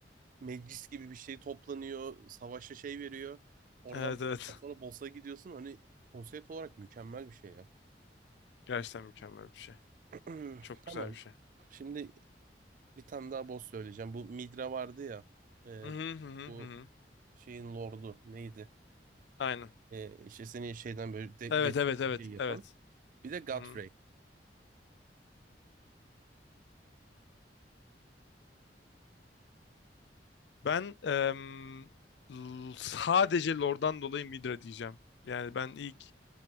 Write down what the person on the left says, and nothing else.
Evet
evet.
Gerçekten mükemmel bir şey.
Çok
güzel bir şey.
Hı hı hı hı.
hı hı.
Aynen.
Evet
evet evet
evet.
Hı hı. Ben em, l- sadece Lor'dan dolayı Midra diyeceğim. Yani ben ilk